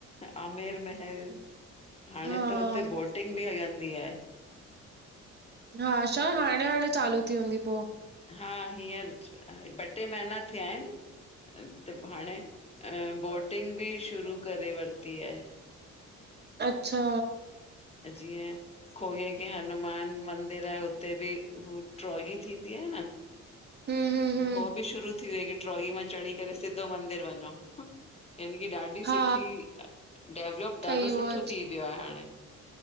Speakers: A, on the left (about 20°); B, on the right (about 35°).
A: आमेर महल, हाणे
B: हा
A: त हुते बोटिंग बि हलंदी आहे।
B: हा शा, हाणे हाणे चालू थी हूंदी पोइ?
A: हा हींअर ॿ टे महीना थिया आहिन। त हाणे बोटिंग बि शुरू करे वरिती आहे।
B: अच्छा!
A: अ जीअं खोए खे हनुमान मंदिर आ, उते बि हू ट्रोगी थींदी आहे न?
B: हम्म हम्म
A: हो बि शुरू थी वई कि, ट्रॉगी मां चढ़ी करे सिधो मंदिर वञो। यानी कि ॾाढी
B: हा
A: सुठी, डेवलुप
B: ठही
A: ॾाढो
B: वियो
A: सुठो
B: आ
A: थी वियो आ हाणे।